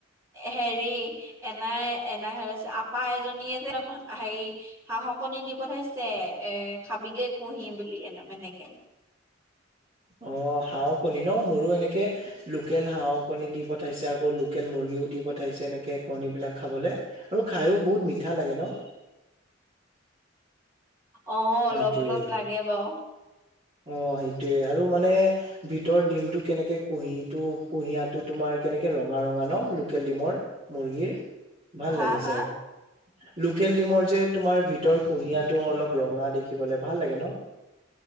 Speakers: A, on the right (about 15°); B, on the right (about 30°).
A: হেৰি এনাই এনাইহে ওলাইছে। আপা এজনীয়ে যে হেৰি হাঁহৰ কণী দি পঠাইছে এ খাবিগে কুঁহি বুলি এনেকে এনেকে।
B: অ' হাঁহৰ কণী ন' মোৰো এনেকে লোকেল হাঁহৰ কণী দি পঠাইছে আকৌ লোকেল মুৰ্গীও দি পঠাইছে, এনেকে কণী বিলাক খাবলে। আৰু খাইও বহুত মিঠা লাগে ন'।
A: অ'
B: সেইটোয়ে
A: অলপ অলপ লাগে বাৰু।
B: অ' সেইটোৱে আৰু মানে ভিতৰ ডিমটো কেনেকে কুহিটো, কুহিয়াটো তোমাৰ কেনেকে ৰঙা, ৰঙা ন' লোকেল ডিমৰ। মুৰ্গীৰ ভাল
A: হা
B: লাগিছে।
A: হা
B: লোকেল ডিমৰ যে তোমাৰ ভিতৰ কুহিয়াটো অলপ ৰঙা দেখিবলৈ ভাল লাগে ন'।